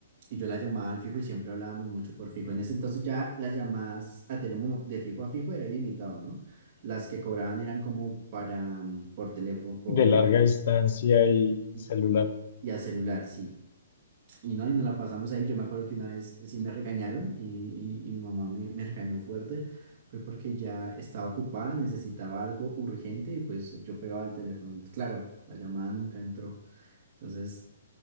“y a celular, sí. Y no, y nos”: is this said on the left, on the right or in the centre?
Right